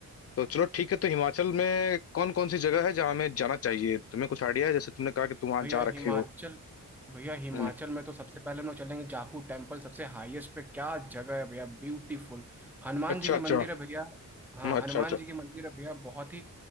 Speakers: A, on the left; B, in the centre.
A: तो चलो ठीक है तो हिमाचल में कौन कौन सी जगह है जहाँ हमें जाना चाहिए तुम्हें कुछ आइडिया है जैसे तुमने कहा कि तुम वहां
B: भैया
A: जा
B: हिमाचल
A: रखे हो
B: भैया हिमाचल
A: हम्म
B: में तो सबसे पहले हम लोग चलेंगे जाकू टेम्पल सबसे हाईएस्ट पे क्या जगह है भैया ब्यूटीफुल हनुमान
A: अच्छा
B: जी की
A: अच्छा
B: मंदिर है भैया हाँ
A: हम्म अच्छा
B: हनुमान
A: अच्छा
B: जी की मंदिर है भैया बहुत ही